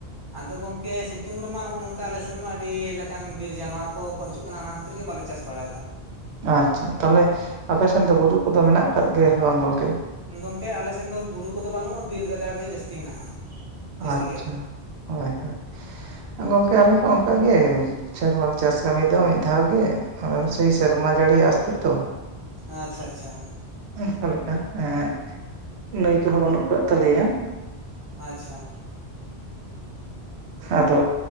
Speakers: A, on the right (about 25°); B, on the right (about 80°).
A: ᱟᱫᱚ ᱜᱚᱝᱠᱮ ᱥᱤᱛᱩᱝ ᱨᱮᱢᱟ ᱱᱚᱜᱼᱚ ᱱᱚᱝᱠᱟ ᱟᱞᱮ ᱥᱮᱱ ᱢᱟ ᱟᱹᱰᱤ ᱞᱮᱠᱟᱱ ᱵᱤᱨ ᱡᱟᱱᱣᱟᱨ ᱠᱚᱠᱚ ᱦᱤᱡᱩᱜ ᱠᱟᱱᱟ ᱚᱱᱟ ᱠᱷᱟᱹᱛᱤᱨ ᱜᱮ ᱵᱟᱞᱮ ᱪᱟᱥ ᱵᱟᱲᱟᱭᱮᱫᱟ
B: ᱟᱪᱪᱷᱟ ᱛᱟᱦᱚᱞᱮ ᱟᱯᱮᱥᱮᱱ ᱫᱚ ᱵᱩᱨᱩ ᱠᱚᱫᱚ ᱢᱮᱱᱟᱜ ᱠᱟᱫ ᱜᱮᱭᱟ ᱥᱮ ᱵᱟᱝ ᱜᱚᱝᱠᱮ?
A: ᱜᱚᱝᱠᱮ ᱟᱞᱮ ᱥᱮᱱ ᱫᱚ ᱵᱩᱨᱩ ᱠᱚᱫᱚ ᱵᱟᱹᱱᱩᱜᱼᱟ, ᱵᱤᱨ ᱜᱟᱡᱟᱲ ᱜᱮ ᱡᱟᱹᱥᱛᱤ ᱦᱮᱱᱟᱜᱼᱟ ᱡᱟᱹᱥᱛᱤ
B: ᱟᱪᱪᱷᱟ
A: ᱠᱟᱭᱛᱮ
B: ᱦᱳᱭ ᱦᱳᱭ, ᱜᱚᱝᱠᱮ ᱟᱞᱮ ᱦᱚᱸ ᱚᱱᱠᱟ ᱜᱮ ᱥᱮᱨᱢᱟᱨᱮ ᱪᱟᱥ ᱠᱟᱹᱢᱤ ᱫᱚ ᱢᱤᱫ ᱫᱷᱟᱣ ᱜᱮ ᱟᱫᱚ ᱥᱮᱭ ᱥᱮᱨᱢᱟ ᱡᱟᱹᱲᱤ ᱟᱸᱥ ᱛᱮᱛᱚ
A: ᱟᱪᱪᱷᱟ ᱟᱪᱪᱷᱟ
B: ᱚᱱᱠᱟ ᱞᱮᱠᱟ ᱮᱸ ᱱᱟᱹᱭ ᱠᱚᱦᱚᱸ ᱵᱟᱹᱱᱩᱜ ᱠᱟᱫ ᱛᱟᱞᱮᱭᱟ᱾
A: ᱟᱪᱪᱷᱟ
B: ᱟᱫᱚ